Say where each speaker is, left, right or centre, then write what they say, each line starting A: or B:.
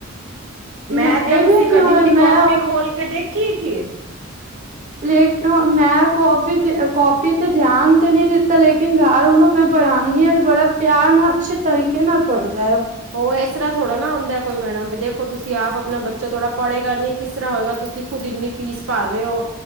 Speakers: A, on the right (about 70°); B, on the right (about 40°).
A: ਮੈਥ
B: ਮੈਂ
A: ਦਾ
B: ਇਵੇਂ
A: ਤੁਸੀਂ
B: ਕਿਉਂ
A: ਕਦੀ ਉਹਦੀ
B: ਹੈ, ਮੈਂ
A: ‌ਕੋਪ ਕਾਪੀ ਖੋਲ ਕੇ ਦੇਖੀ ਏ ਕੀ?
B: ਲੇ ਮੈਂ ਕੋਫੀ ਤੇ ਕੋਪੀ ਤੇ ਧਿਆਨ ਤੇ ਨਹੀਂ ਦਿੱਤਾ, ਲੇਕਿਨ ਘਰ ਉਹਨੂੰ ਮੈਂ ਪੜਾਨੀ ਆ ਬੜਾ ਪਿਆਰ ਨਾਲ ਅੱਛੇ ਤਰੀਕੇ ਨਾਲ ਪੜ੍ਹਦਾ ਐ, ਉਹ
A: ਉਹ ਇਸ ਤਰ੍ਹਾਂ ਥੋੜ੍ਹਾ ਨਾ ਹੁੰਦਾ ਕੋਈ ਮੈਡਮ, ਵੀ ਦੇਖੋ ਤੁਸੀਂ ਆਪਣਾ ਬੱਚਾ ਥੋੜਾ ਪੜ੍ਹੇਗਾ, ਨੀ ਕਿਸ ਤਰਾਂ ਹੋਏਗਾ। ਤੁਸੀਂ ਖੁਦ ਇੰਨੀ ਫੀਸ ਭਰ ਰੇ ਔ,